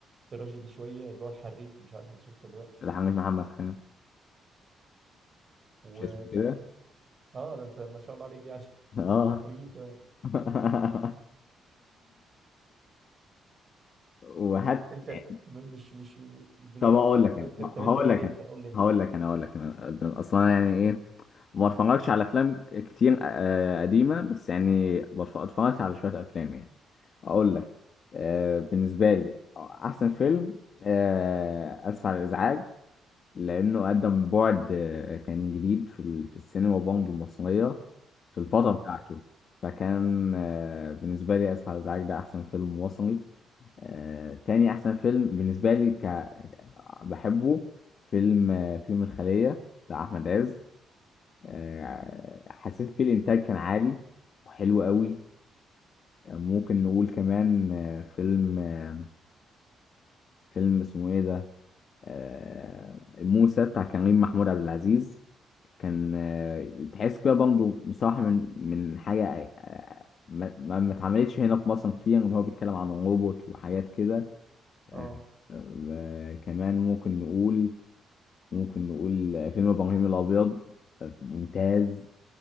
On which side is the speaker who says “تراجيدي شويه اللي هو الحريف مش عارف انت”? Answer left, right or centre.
Right